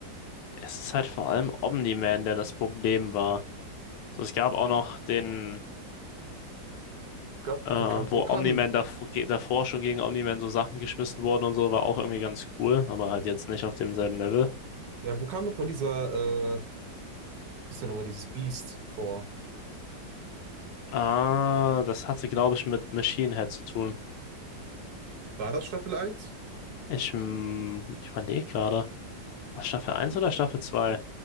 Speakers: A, on the left (about 80°); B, on the right (about 65°).
A: es ist halt vor allem Omni-Man, der das Problem war. So, es gab auch noch den,
B: Gab,
A: äh, wo
B: wo kam, wo kam,
A: Omni-Man davor, ge- davor schon gegen Omni-Man so Sachen geschmissen wurden und so, war auch irgendwie ganz cool, aber halt jetzt nicht auf demselben Level.
B: ja, wo kam nochmal dieser, äh, hieß ja nochmal dieses Biest vor?
A: Ah, das hatte, glaube ich, mit Machine Head zu tun.
B: War das Staffel eins
A: Ich, mm, ich überlege gerade. War Staffel eins oder Staffel 2?